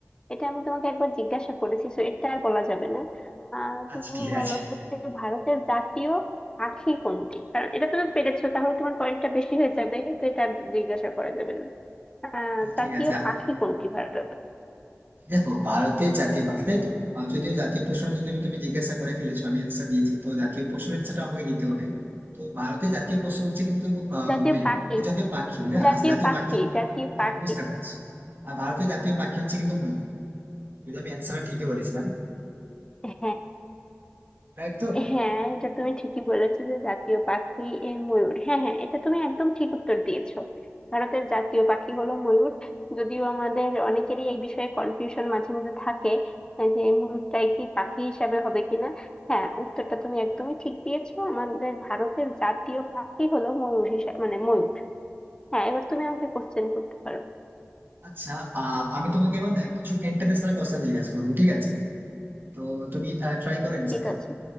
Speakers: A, on the left (about 20°); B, on the right (about 50°).
A: এটা আমি তোমাকে একবার জিজ্ঞাসা করেছি তো এটা আর বলা যাবে না আহ
B: আচ্ছা
A: তুমি
B: ঠিক
A: বলো
B: আছে
A: হচ্ছে ভারতের জাতীয় পাখি কোনটি কারণ এটা তুমি পেরেছো তাহলে তোমার পয়েন্টটা বেশি হয়ে যাবে তো এটা আর জিজ্ঞাসা করা যাবে না আহ
B: আচ্ছা
A: জাতীয়
B: ঠিক আছে
A: পাখি কোনটি ভারত
B: দেখো ভারতের জাতীয় পাখি তাই তো আর যদিও জাতীয় প্রশ্ন যদি তুমি তুমি জিজ্ঞাসা করে ফেলেছো আমি অ্যান্সার দিয়েছি তো জাতীয় পশুর অ্যান্সারটা আমাকে দিতে হবে তো ভারতের জাতীয় পশু হচ্ছে কিন্তু আহ
A: জাতীয়
B: ময়ূর
A: পাখি
B: এই জাতীয় পাখি না
A: জাতীয়
B: আচ্ছা জাতীয়
A: পাখি
B: পাখি
A: জাতীয়
B: হ্যাঁ
A: পাখি
B: বুঝতে পারছি আর ভারতের জাতীয় পাখি হচ্ছে কিন্তু ময়ূর যদি আমি অ্যান্সারটা ঠিকই বলেছিলাম
A: হ্যাঁ
B: রাইট তো
A: হ্যাঁ এটা তুমি ঠিকই বলেছো যে জাতীয় পাখি এ ময়ূর হ্যাঁ হ্যাঁ এটা তুমি একদম ঠিক উত্তর দিয়েছো ভারতের জাতীয় পাখি হলো ময়ূর যদিও আমাদের অনেকেরই এই বিষয়ে কনফিউশন মাঝে মধ্যে থাকে আহ, যে ময়ূরটাই কি পাখি হিসাবে হবে কিনা হ্যাঁ উত্তরটা তুমি একদমই ঠিক দিয়েছো আমাদের ভারতের জাতীয় পাখি হলো ময়ূর হিসাবে মানে ময়ূর হ্যাঁ এবার তুমি আমাকে কোশ্চেন করতে পারো
B: আচ্ছা আহ আমি তোমাকে এবার না কিছু ইন্টারন্যাশনাল কোশ্চেন জিজ্ঞাসা করবো ঠিক আছে তো তুমি ট্রাই করো অ্যান্সার
A: ঠিক আছে